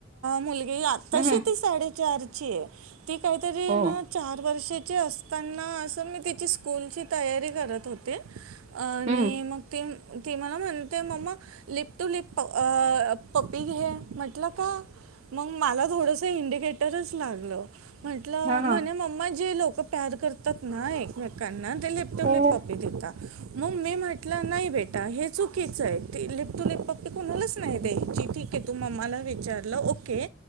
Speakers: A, on the right; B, on the right.
A: मुलगी आताशी
B: हम्म
A: ती साडे चार त काहीतरी
B: हो
A: चार वर्ष मी त स्कूल तयारी करत होते आणि
B: हम्म
A: मग ती मलाम एंत मम लिप टू लिप पपिंग हे म्हटलं का मग मला थोडस इंडिकेटरच लागलं म्हटलं
B: हा
A: म्हणे
B: हा
A: मम्मा जे लोक प्यार करतात ना एकमेकांना त्यां ते ललेपटॉप
B: हो
A: पपी देतात मग मी म्हटलं नाही बेटा हे चुकीच आहे ते इलेक्ट्रिक पप कोणालाच नाही द्याची
B: हम्म
A: ठीक आहे तू ममला विचारलं ओके